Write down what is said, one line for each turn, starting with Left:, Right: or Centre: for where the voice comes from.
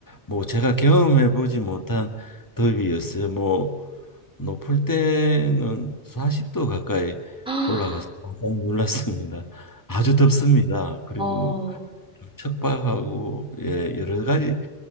Left: 뭐 제가 경험해 보지 못한 더위였어요. 뭐 높을 때는 40도 가까이
Centre: <gasps> 아,
Left: 올라가서 깜짝 놀랐습니다. 아주 덥습니다. 그리고
Centre: 어,
Left: 척박하고 예 여러 가지